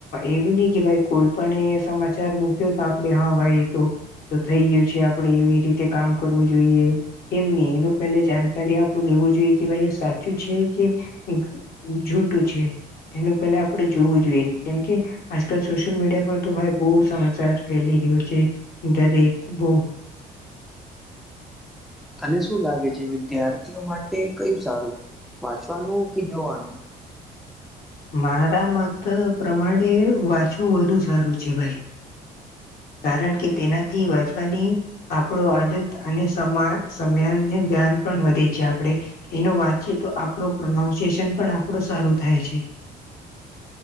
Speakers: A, on the left (about 60°); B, in the centre.
A: એવું નહી કે ભાઈ કોઈ પણ એ સમાચાર મૂક્યો તો આપે હા ભાઈ એ તું એ તો થઈ ગયું છે, આપડે એવી રીતે કામ કરવું જોઈએ. એમ ની, એનું પેહલે જાણકારી આપડું લેવું જોઈએ કે ભાઈ એ સાચું છે કે <unintelligible> જૂટું છે? એનું પેલા આપડે જોવું જોઈએ, કેમકે આજકાલ સોશિયલ મીડિયા પર તો ભાઈ બો સમાચાર ફેલી રહ્યુ છે, દરેક બઉ.
B: અને શું લાગે છે, વિદ્યાર્થીઓ માટે કયું સારું? વાંચવાનું કે જોવાનું?
A: મારા મત પ્રમાણે વાંચવું વધુ સારું છે ભાઈ. કારણ કે તેનાથી વાંચવાની આપણો આદત અને સમા સમ્યાનને ધ્યાન પણ વધે છે આપણેે. એનો વાંચીએ તો આપડો પ્રોનાઉન્શિએશન પણ આપડું સારું થાય છે.